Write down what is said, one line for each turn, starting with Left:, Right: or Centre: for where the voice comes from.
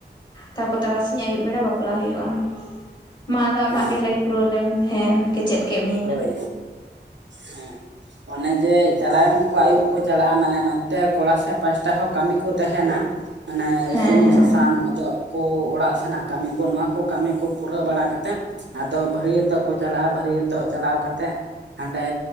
Left: ᱛᱟᱨᱯᱚᱨ ᱛᱟᱨᱟᱥᱤᱧ ᱟᱹᱭᱩᱵ ᱵᱮᱲᱟ ᱵᱟᱯᱞᱟ ᱦᱩᱭᱩᱜᱼᱟ᱾ ᱢᱟ ᱟᱫᱚ ᱟᱢᱟᱜ
Right: ᱚ
Left: ᱜᱮ ᱞᱟᱹᱭ ᱯᱩᱨᱟᱹᱣ ᱞᱮᱢ ᱦᱮᱸ ᱠᱮᱪᱮᱫ ᱠᱮᱫᱢᱤᱭᱟᱹᱧ
Right: ᱦᱳᱭ ᱦᱮᱸ ᱚᱱᱮ ᱡᱮ ᱪᱟᱞᱟᱣ ᱮᱱ ᱠᱚ ᱟᱹᱭᱩᱵ ᱠᱚ ᱪᱟᱞᱟᱜᱼᱟ ᱢᱟᱱᱮᱼᱼ ᱛᱮ ᱠᱚᱲᱟ ᱥᱮᱫ ᱯᱟᱥᱴᱟ ᱦᱚᱸ ᱠᱟᱹᱢᱤ ᱠᱚ ᱛᱟᱦᱮᱱᱟ ᱢᱟᱱᱮ
Left: ᱦᱮᱸ
Right: ᱥᱩᱱᱩᱢ
Left: ᱦᱮᱸ
Right: ᱥᱟᱥᱟᱝ ᱚᱡᱚᱜ, ᱠᱚ ᱚᱲᱟᱜ ᱥᱮᱱᱟᱜ ᱠᱟᱹᱢᱤ ᱠᱚ ᱱᱚᱣᱟ ᱠᱚ ᱠᱟᱹᱢᱤ ᱠᱚ ᱯᱩᱨᱟᱹᱣ ᱵᱟᱲᱟ ᱠᱟᱛᱮᱫ ᱟᱫᱚ ᱵᱟᱹᱨᱭᱟᱹᱛᱚᱜ ᱠᱚ ᱪᱟᱞᱟᱜᱼᱟ ᱵᱷᱟᱹᱨᱭᱟᱹᱛᱚᱜ ᱪᱟᱞᱟᱣ ᱠᱟᱛᱮᱫ, ᱦᱟᱸᱰᱮ